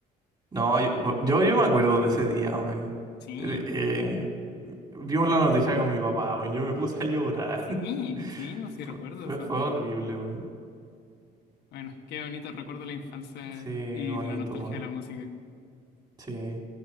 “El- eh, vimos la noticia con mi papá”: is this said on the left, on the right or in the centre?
Right